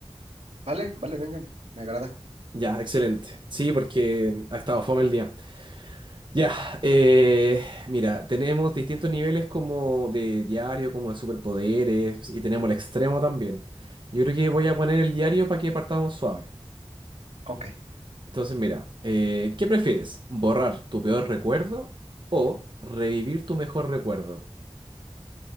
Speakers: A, on the right; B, on the right.
A: Vale, vale, venga, me agrada.
B: Ya, excelente. Sí, porque ha estado fome el día. Ya, eh, mira, tenemos distintos niveles como de diario, como de superpoderes, y tenemos el extremo también. Yo creo que voy a poner el diario para que partamos suave.
A: Ok,
B: Entonces, mira, eh, ¿qué prefieres? ¿Borrar tu peor recuerdo o revivir tu mejor recuerdo?